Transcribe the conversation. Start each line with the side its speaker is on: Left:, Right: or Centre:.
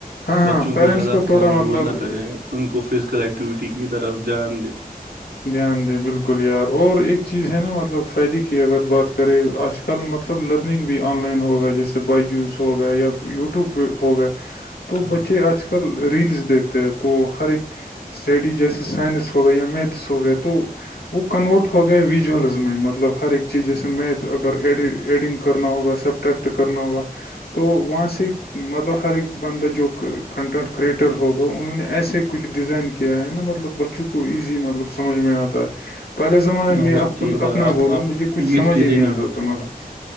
Left: ہاں ہاں
Right: بچوں
Left: پیرنٹس
Right: کو زیادہ فون
Left: تھوڑا
Right: یوز
Left: مطلب
Right: نہ کریں ان کو فزیکل ایکٹیویٹی کی طرف دھیان دیں
Left: دھیان دیں بالکل یار اور ایک چیز ہے نا مطلب فائدے کی اگر بات کریں آج کل مطلب مطلب لرنگ بھی آن لائن ہوگا جیسے بائیجوز ہو گا یا یوٹیوب پہ ہو گا تو
Right: ہاں
Left: بچے آج کل ریلس دیکھتے ہیں تو ہر ایک اسٹڈی جیسے سائنس ہوگا یا می تھ ہو گئے تو وہ کنورٹ ہو گئے وسوارلز میں مطلب ہر ایک چیز جیسے میتھ اگر ایڈنگ کرنا ہوگا سبٹریکٹ کرنا ہوگا تو وہاں سے مطلب ہر ایک بندہ جو کنٹینٹ کریئٹر ہوگا انہوں نے ایسے کچھ ڈیزائن کیا ہے نا مطلب بچوں کو ایزی مطلب سمجھ میں آتا ہے پہلے زمانے میں
Right: وہ سب
Left: آپ
Right: چیز
Left: کو
Right: پر
Left: اپنا
Right: اب
Left: بولوں
Right: اب
Left: مجھے کچھ
Right: یہ
Left: سمجھ
Right: سب چیزیں
Left: ہی نہیں آتا
Right: ہوتی
Left: تھا مارا
Right: ہیں